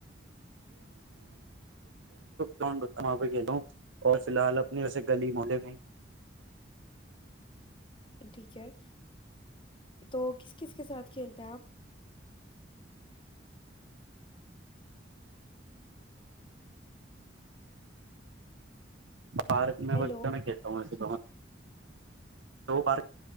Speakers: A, on the right (about 85°); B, on the left (about 25°).
A: گاؤڈ ہوتا وہاں پہ کھیلوں اور فی الحال اپنے ویسے گلی ملے میں
B: ٹھیک ہے تو کس کس کے ساتھ کھیلتے ہیں آپ
A: پارک میں
B: ہیلو
A: میں کہتا ہوں ایسے تو دوار